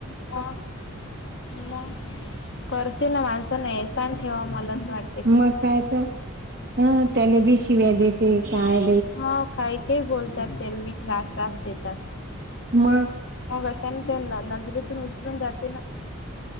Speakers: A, on the left; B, on the right.
A: म मग करतील ना माणसांना एसान ठेवा मला असं वाटत
B: मग काय तर अ त्याला बी शिव्या देते काय
A: हा काही काही बोलतात तेला वि श्रसास देतात
B: मग
A: मग अशाने त्यांना नजरेतून उचलून जाते ना